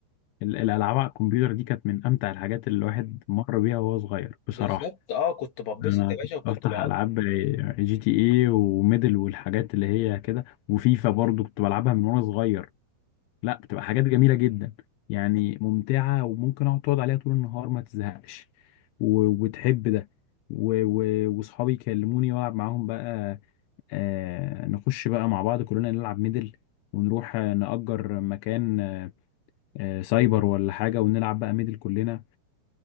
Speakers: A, on the left; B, on the left.
A: ال- الالعاب على الكمبيوتر دي كانت من امتع الحاجات اللي الواحد مر بيها وهو صغير بصراحه
B: بالظبط اه كنت ببسط
A: انا
B: يا
A: كنت
B: باشا وكنت
A: بفتح
B: بقضي
A: العاب جي تي اي وميدل والحاجات اللي هي كده وفيفا برضو كنت بلعبها من وانا صغير لا بتبقى حاجات جميله جدا يعني ممتعه وممكن اقعد تقعد عليها طول النهار ما تزهقش و- وتحب ده و- و- واصحابي يكلموني والعب معاهم بقى آه، نخش بقى مع بعض كلنا نلعب ميدل ونروح آه، نأجر مكان آه، آه، سايبر ولا حاجة ونلعب بقى ميدل كلنا